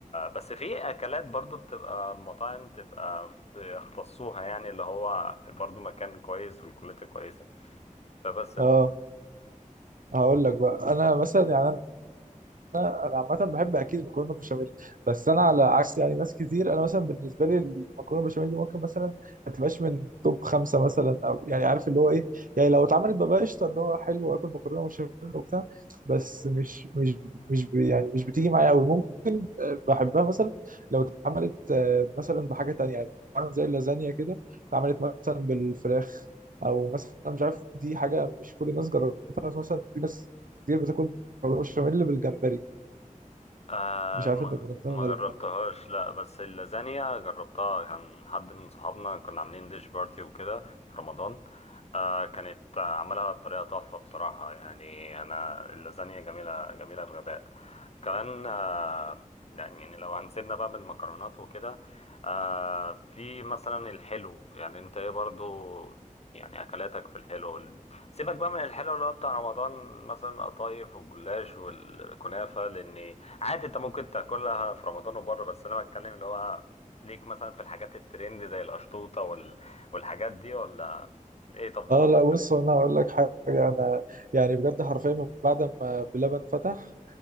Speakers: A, on the left; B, on the right.
A: بس في اكلات برضو بتبقى مطاعم بتبقى بيختصوها يعني اللي هو برضو مكان كويس والكواليتي كويسه فبس
B: آه، هقول لك بقى انا مثلا يعني انا أنا عامه بحب اكيد مكرونه بشاميل بس انا على عكس يعني ناس كتير انا مثلا بالنسبه لي المكرونه بشاميل دي ممكن مثلا ما تبقاش من توب خمسه مثلا او يعني عارف اللي هو ايه يعني لو اتعملت ببقى قشطه اللي هو حلو واكل مكرونه بشاميل وبتاع بس مش مش مش ب- يعني مش بتيجي معايا قوي ممكن آه، بحبها مثلا لو اتعملت آه، مثلا بحاجه تانية يعني اتعملت زي اللازانيا كده اتعملت مثلا بالفراخ او مثلا مش عارف دي حاجه مش كل الناس جربتها مثلا في ناس كتير بتاكل مكرونه بشاميل بالجمبري
A: آه
B: مش عارف
A: ما
B: انت جربتها
A: ما
B: ولا
A: جربتهاش
B: لا
A: لا بس اللازانيا جربتها كان حد من صحابنا كنا عاملين ديش بارتي وكده في رمضان آه كانت آه، عملها بطريقة تحفة بصراحة يعني أنا اللازانيا جميلة جميلة بغباء كمان آه يعني يعني لو هنسيبنا بقى من المكرونات وكده آه في مثلا الحلو يعني انت ايه برضو يعني اكلاتك في الحلو ال- سيبك بقى من الحلو اللي هو بتاع رمضان مثلا القطايف والجلاش والكنافة لان عادي انت ممكن تاكلها في رمضان وبره بس انا بتكلم اللي هو ليك مثلا في الحاجات الترند زي القشطوطه وال... والحاجات دي ولا ايه تفضيلاتك
B: اه لا بص
A: في الاكل؟
B: انا هقول لك حاجه انا يعني بجد حرفيا من بعد ما بلبن فتح